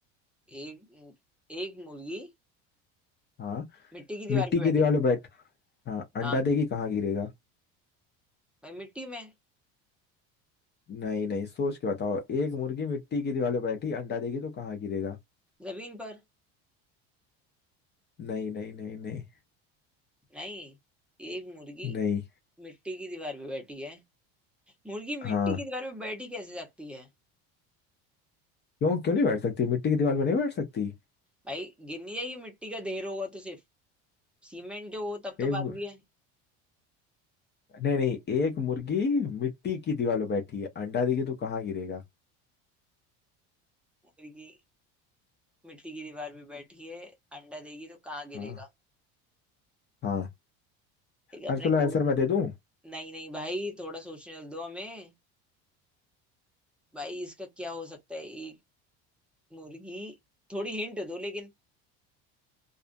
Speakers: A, in the centre; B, on the left.
A: एक एक मुर्गी
B: हाँ
A: मिट्टी की दीवार
B: मिट्टी
A: पे बैठी
B: की दीवार पे बैठ हाँ अंडा
A: हाँ
B: देगी कहाँ गिरेगा
A: भाई मिट्टी में
B: नहीं नहीं सोच के बताओ एक मुर्गी मिट्टी की दीवार पे बैठी अंडा देगी तो कहाँ गिरेगा
A: जमीन पर
B: नहीं नहीं नहीं नहीं
A: नहीं एक मुर्गी
B: नहीं
A: मिट्टी की दीवार पे बैठी है मुर्गी मिट्टी
B: हाँ
A: की दीवार पे बैठी कैसे सकती है
B: क्यों क्यों नहीं बैठ सकती मिट्टी की दीवार पर नहीं बैठ सकती
A: भाई गिनी जाएगी मिट्टी का ढेर होगा तो सिर्फ सीमेंट हो तब
B: ए,
A: तो बात
B: मु-
A: भी है
B: नहीं नहीं एक मुर्गी मिट्टी की दीवार पे बैठी है अंडा देगी तो कहाँ गिरेगा
A: मुर्गी मिट्टी की दीवार पे बैठी है अंडा देगी तो कहाँ गिरेगा
B: हाँ हाँ
A: एक अपने
B: अरे चलो आंसर
A: गोल
B: मैं दे दूं
A: नहीं नहीं भाई थोड़ा सोचने दो हमें भाई इसका क्या हो सकता है एक मुर्गी थोड़ी हिंट दो लेकिन